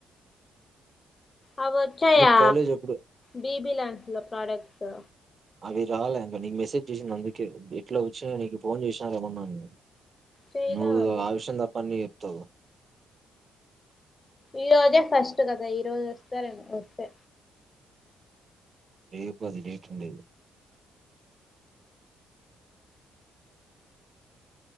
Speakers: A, on the left; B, on the right.
A: అవి వచ్చాయా
B: మీకు కాలేజ్ ఎప్పుడు
A: బిబి లన్స్ లో ప్రడేక్ట్స్
B: అవి రాలే ఇంకా నీకు మెసేజ్ చేసింది అందుకే ఎట్లా వచ్చినయ నీకు ఫోన్ చేసినా రేమన్నా నేను
A: చేయలే
B: నువ్వు
A: వాళ్ళు
B: ఆవిషయం తప్ప అన్ని చెప్తావు
A: ఈరోజే ఫస్ట్ కదా ఈరోజు వస్తే రెపూ వస్తే
B: రేపు అది డేట్ ఉంది